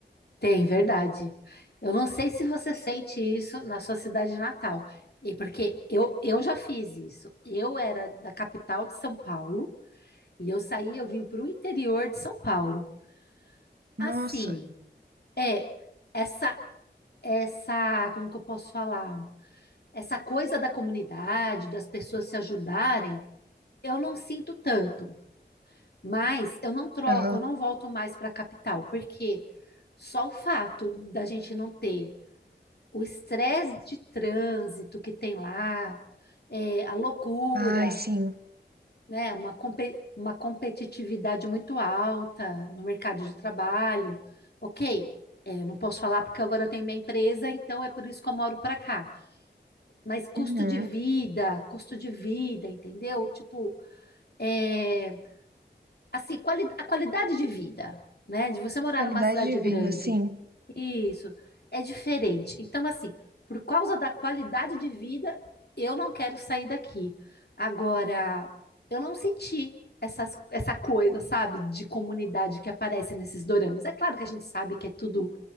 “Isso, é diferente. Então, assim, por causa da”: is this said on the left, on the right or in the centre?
Left